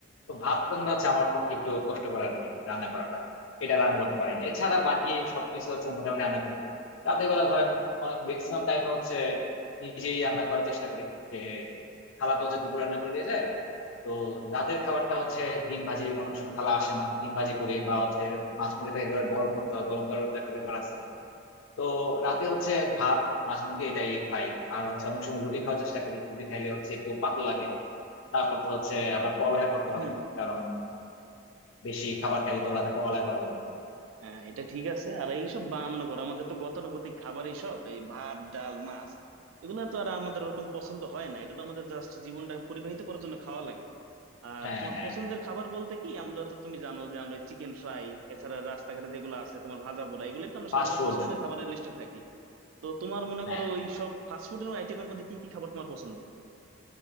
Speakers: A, on the left; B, on the right.
A: তো ভাত রান্না হচ্ছে আমার পক্ষে একটু কষ্টকর আর কি রান্না করাটা এটা রান্না করতে পারি না এছাড়া বাকি সবকিছু হচ্ছে মোটামুটি রান্না করি রাতের বেলা ধরেন অনেক ম্যাক্সিমাম টাইম হচ্ছে নিজেই রান্না করার চেষ্টা করি যে খালা তো হচ্ছে দুপুর রান্না করে দিয়ে যায় তো রাতের খাবারটা হচ্ছে ডিম ভাজি অনেক সময় খালা আসে না ডিম ভাজি করি বা হচ্ছে মাছ মুরগি থেকে এবার গরম করতে হয় গরম করার তো একটা ব্যাপার আছে তো রাতে হচ্ছে ভাত মাছ মুরগি এটাই খাই আর হচ্ছে অনেক সময় রুটি খাওয়ার চেষ্টা করি রুটি খাইলে হচ্ছে একটু পাতলা লাগে তারপর তো হচ্ছে আবার পড়ালেখা করতে
B: হুম,
A: হয় কারণ বেশি খাবার খাইলে তো রাতে পড়ালেখা করা যাবে না
B: হ্যাঁ এটা ঠিক আছে আর এইসব বা মনে করো আমাদের তো গতানুগতিক খাবার এইসব এই ভাত ডাল মাছ এগুলো তো আর আমাদের ওরকম পছন্দ হয় না এটা তো আমাদের জাস্ট জীবনটা পরিবাহিত করার জন্য খাওয়া লাগে আর
A: হ্যাঁ
B: তোমার
A: হ্যাঁ
B: পছন্দের
A: হ্যাঁ
B: খাবার বলতে কি আমরা তো তুমি জানো যে আমরা চিকেন ফ্রাই এছাড়া রাস্তাঘাটে যেগুলো আছে তোমার ভাজা পোড়া এগুলোই তো আমরা
A: Fast
B: সাধারণত
A: food
B: পছন্দের খাবারের লিস্টে থাকি তো তোমার মনে
A: হ্যাঁ
B: করো ওই সব ফাস্টফুডের আইটেমের মধ্যে কি কি খাবার তোমার পছন্দ